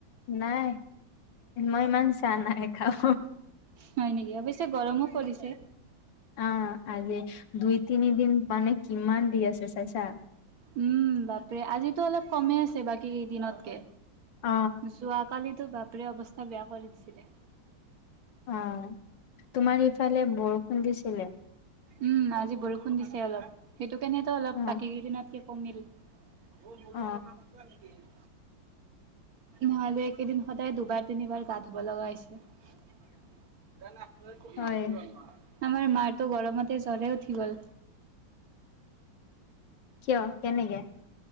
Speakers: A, on the left; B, on the right.
A: নাই মই ইমান চাহ নাই খাওঁ
B: হয় নেকি। অৱশ্যে গৰমো পৰিছে।
A: আহ আজি দুই-তিনিদিন মানে কিমান দি আছে চাইছা?
B: উম বাপৰে। আজিতো অলপ কমেই আছে বাকী কেইদিনতকে।
A: অ
B: যোৱ কালি টো বাপৰে অৱস্থা বেয়া কৰি দিছিলে।
A: অ', তোমাৰ সিফালে বৰষুণ দিছিলে?
B: উম আজি বৰষুণ দিছে অলপ, সেইটো কাৰণেতো অলপ
A: অ
B: বাকী কেইদিনতকে কমিল। <unintelligible>
A: অ
B: নহ'লে এইকেইদিন সদায় দুবা- তিনিবাৰ গা ধুব লগা হৈছে। <unintelligible>
A: হয়
B: আমাৰ মাৰটো গৰমতে জ্বৰে উঠি গল।
A: কিয়? কেনেকে?